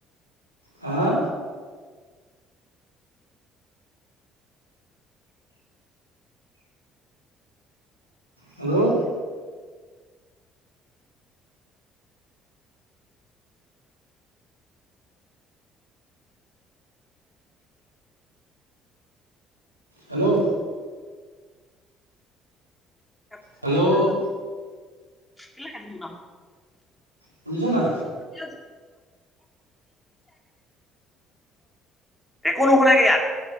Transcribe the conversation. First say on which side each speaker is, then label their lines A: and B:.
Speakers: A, on the right; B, in the centre.
A: হা! হেল্ল' হেল্ল'
B: কাট খালে
A: হেল্ল'
B: নাই জানো! কেলৈ কাটিল,
A: শুনিছ না না
B: উঠি একো নুশুনে ইয়াত